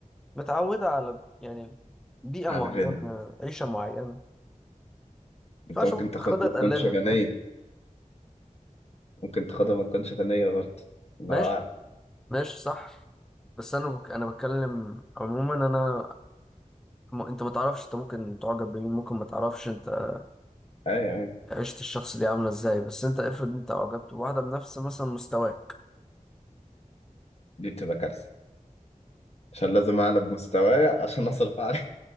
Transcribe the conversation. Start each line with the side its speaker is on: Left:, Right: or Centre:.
Centre: متعوده على يعني بيئه
Left: على
Centre: معينه
Left: الغنى
Centre: عيشه معينه ما
Left: انت
Centre: ينفعش
Left: ممكن
Centre: برضو
Left: تاخدها
Centre: تاخدها
Left: ما
Centre: تقللها
Left: تكونش غنيه
Centre: فاهم
Left: ممكن تاخدها ما تكونش غنيه برضه الله
Centre: ماشي
Left: اعلم
Centre: ماشي صح بس انا بك... انا بتكلم عموما انا م... انت ما تعرفش انت ممكن تعجب بمين ممكن ما تعرفش انت
Left: ايوه ايوه
Centre: عيشة الشخص دي عاملة ازاي بس انت افرض انت اعجبت بواحدة بنفس مثلا مستواك
Left: دي بتبقى كارثه عشان لازم اعلى بمستواي عشان اصرف عليه